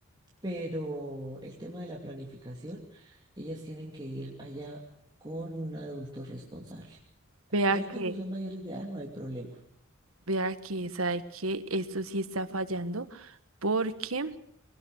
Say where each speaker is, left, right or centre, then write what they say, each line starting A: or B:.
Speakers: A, on the right; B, on the right.
A: pero el tema de la planificación, ellas tienen que ir allá con un adulto responsable.
B: vea
A: Ya
B: que,
A: cuando son mayores de edad no hay problema.
B: vea que sabe que esto sí está fallando, porque